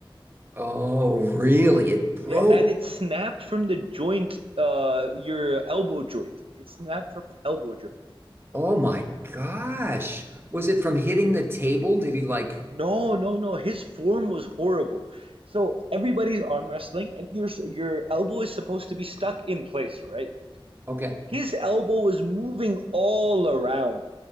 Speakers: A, on the right; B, on the right.
A: oh, really? It broke.
B: Yeah, and it snapped from the joint uh your elbow joint. It snapped from his elbow joint.
A: Oh my gosh. Was it from hitting the table? Did he like,
B: No, no, no. His form was horrible. So everybody's arm wrestling and your your elbow is supposed to be stuck in place, right?
A: okay.
B: His elbow was moving all around.